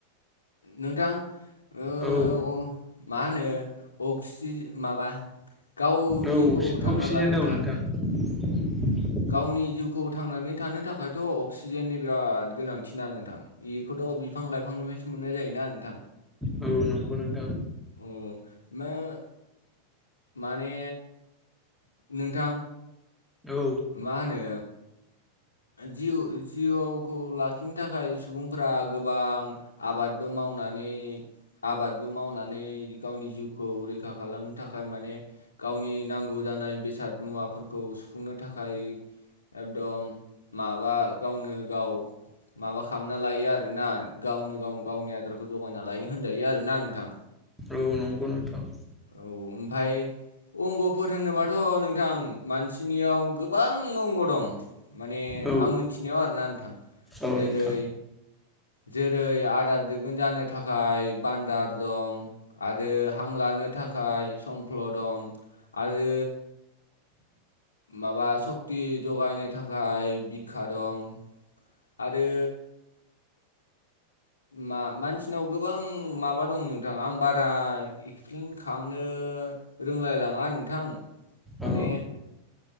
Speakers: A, on the left; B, in the centre.
A: नोंथां ओ
B: औ।
A: मा होनो अक्सि माबा गाव
B: औ
A: जिउखौ थांना
B: अक्सिजेन
A: लानो
B: औ
A: थाखाय
B: नोंथां <unintelligible>
A: गावनि जिउखौ थांनानै थानो थाखायथ' अक्सिजेननि बिराद गोनांथिना नोंथां बेखौथ' बिफां लाइफांनिफ्रायसो मोननाय जायोना नोंथां।
B: औ नंगौ। नोंथां
A: अह। माने नोंथां
B: औ
A: मा होनो जिउ जिउखौ लाखिनो थाखाय सुबुंफोरा गोबां आबादबो मावो मावनानै आबादबो मावनानै गावनि जिउखौ रैखा खालामनो थाखाय माने गावनि नांगौ जानाय बेसाद मुवाफोरखौ सुफुंनो थाखाय एकदम माबा गावनो गाव माबा खालामना लायो आरोना गावनो गाव गावनि आदारखौ जगायना लायो होनजायो आरो ना नोंथां।
B: औ नंगौ नोंथां।
A: औ ओमफाय अंग'फोर होनोबाथ' नोंथां मानसिनियाव गोबां अंग' दं माने
B: औ
A: आं मोनथिनायाव आरोना नोंथां
B: औ
A: जेरै
B: नोंथां
A: जेरै आदार दोगोन जानो थाखाय बान्दार दं आरो हांलानो नो थाखाय सफ्ल दं आरो माबा सक्ति जगायनो थाखाय बिखा दं आरो मा-मानसिनाव गोबां माबा दं नोंथां आं बारा एक्सप्लेन खालामनो ओ रोंलायलाङा नोंथां
B: औ
A: माने